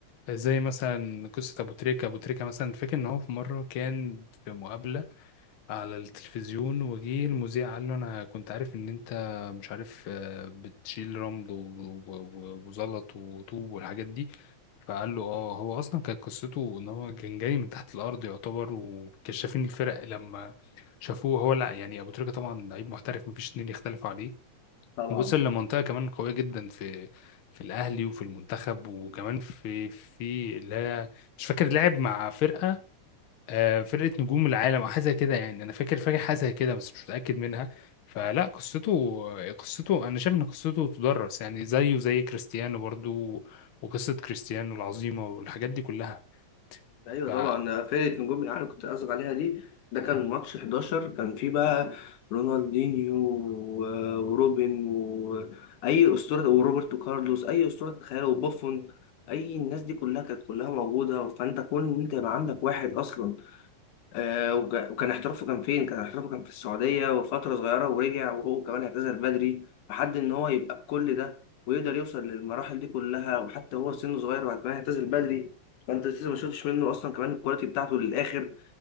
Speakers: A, on the left (about 60°); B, on the left (about 75°).
A: زي مثلا قصه ابو تريكه ابو تريكه مثلا فاكر ان هو في مره كان في مقابله على التلفزيون وجه المذيع قال له انا كنت عارف ان انت مش عارف آه، بتشيل رمل و- و- وزلط وطوب والحاجات دي فقال له اه هو اصلا كانت قصته ان هو كان جاي من تحت الارض يعتبر وكشافين الفرق لما شافوه هو لا يعني ابو تريكة طبعا لعيب محترف مفيش اتنين يختلفوا عليه
B: طبعا
A: ووصل لمنطقة كمان قوية جدا في في الاهلي وفي المنتخب وكمان في في اللي هي مش فاكر لعب مع فرقة آه، فرقة نجوم العالم أو حاجة زي كده يعني أنا فاكر فاكر حاجة زي كده بس مش متأكد منها فلا قصته قصته أنا شايف إن قصته تدرس يعني زيه زي كريستيانو برضو وقصة كريستيانو العظيمة والحاجات دي كلها
B: أيوه
A: ف-
B: طبعا فرقة نجوم الأهلي كنت قصدك عليها دي ده كان ماتش 11 كان فيه بقى رونالدينيو و- وروبن وأي أسطورة وروبرتو كارلوس أي أسطورة تتخيلها وبوفون أي الناس دي كلها كانت كلها موجودة فأنت كون إن أنت يبقى عندك واحد أصلا آه، وج- وكان احترافه كان فين؟ كان احترافه كان في السعودية وفترة صغيرة ورجع وهو كمان اعتزل بدري لحد إن هو يبقى بكل ده ويقدر يوصل للمراحل دي كلها وحتى هو سنه صغير وبعد كمان اعتزل بدري فأنت لسه ما شفتش منه أصلا كمان الكواليتي بتاعته للآخر